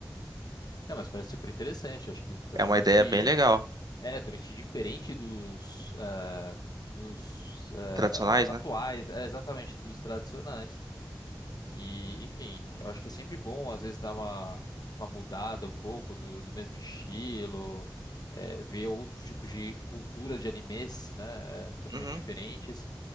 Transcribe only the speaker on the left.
É, mas parece super interessante. Acho que totalmente.
É, totalmente diferente dos, ah, dos ah,
a-
atuais, é, exatamente, dos tradicionais. Que, enfim, eu acho que é sempre bom, às vezes, dar uma, uma mudada um pouco do, do mesmo estilo, é, ver outros tipos de cultura de animes, né, é, totalmente
diferentes,